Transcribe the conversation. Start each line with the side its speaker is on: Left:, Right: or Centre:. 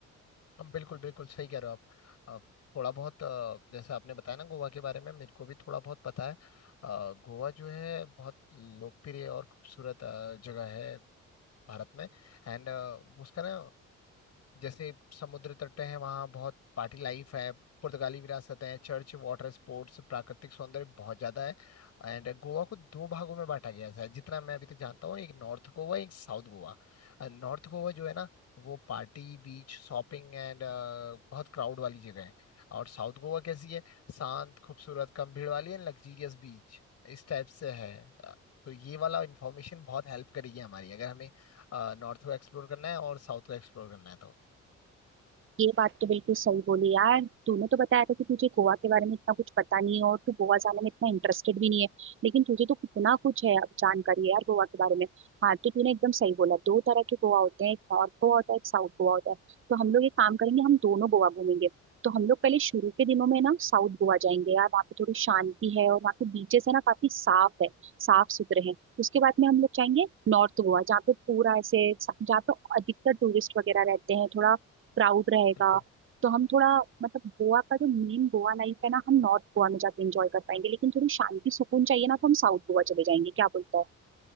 Left: हम बिल्कुल बिल्कुल सही कह रहे हो आप अ, थोड़ा बहुत अ, जैसे आपने बताया ना गोवा के बारे में मेरे को भी थोड़ा बहुत पता है अ, गोवा जो है बहुत लोकप्रिय और खूबसूरत अ, जगह है भारत में एंड उसका ना जैसे समुद्र तट है वहाँ बहुत पार्टी लाइफ है पुर्तगाली विरासतें हैं चर्च वाटर स्पोर्ट्स प्राकृतिक सौंदर्य बहुत ज्यादा है एंड गोवा को दो भागों में बांटा गया है जितना मैं अभी तक जानता हूँ एक नॉर्थ गोवा एक साउथ गोवा नॉर्थ गोवा जो है ना वो पार्टी बीच शॉपिंग एंड बहुत क्राउड वाली जगह है और साउथ गोवा कैसी है शांत खूबसूरत कम भीड़ वाली एंड लग्जीरियस बीच इस टाइप से है अ, तो ये वाला इंफॉर्मेशन बहुत हेल्प करेगी हमारी अगर हमें नॉर्थ को एक्सप्लोर करना है और साउथ को एक्सप्लोर करना है तो।
Right: ये बात तो बिल्कुल सही बोली यार तूने तो बताया था कि तुझे गोवा के बारे में इतना कुछ पता नहीं है और तू गोवा जाने में इतना इंटरेस्टेड भी नहीं है लेकिन तुझे तो कितना कुछ है अब जानकारी यार गोवा के बारे में हाँ तो तूने एकदम सही बोला दो तरह के गोवा होते हैं एक नॉर्थ गोवा होता है एक साउथ गोवा होता है तो हम लोग एक काम करेंगे हम दोनों गोवा घूमेंगे तो हम लोग पहले शुरू के दिनों में ना साउथ गोवा जाएंगे यार वहाँ पे थोड़ी शांति है और वहाँ के बीचेस है ना काफी साफ है साफ सुथरे हैं उसके बाद में हम लोग जाएंगे नॉर्थ गोवा जहाँ पे पूरा ऐसे जहाँ पे अधिकतर टूरिस्ट वगैरह रहते हैं थोड़ा क्राउड रहेगा
Left: बिल्कुल
Right: तो हम थोड़ा मतलब गोवा का जो मेन गोवा लाइफ है ना हम नॉर्थ गोवा में जाके एंजॉय कर पाएंगे लेकिन थोड़ी शांति सुकून चाहिए ना तो हम साउथ गोवा चले जाएंगे क्या बोलते हो